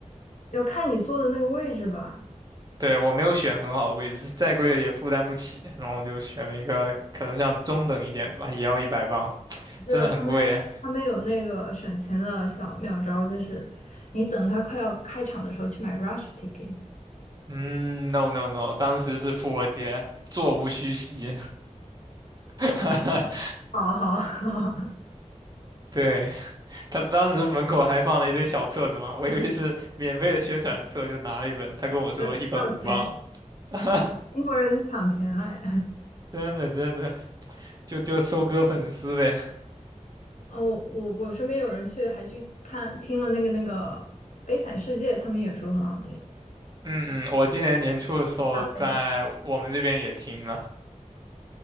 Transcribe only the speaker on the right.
对，我没有选很好的位置，再贵也负担不起，然后我就选了一个可能像中等一点的吧，也要一百磅，
真的很贵啊。
嗯，no no no，当时是复活节，座无虚席。<laughs>
对，他当时门口还放了一堆小册子嘛，我以为是免费的宣传册，就拿了一本。他跟我说一本五磅，
<laughs>
真的真的，就就收割粉丝呗。
嗯嗯，我今年年初的时候在我们这边也听了。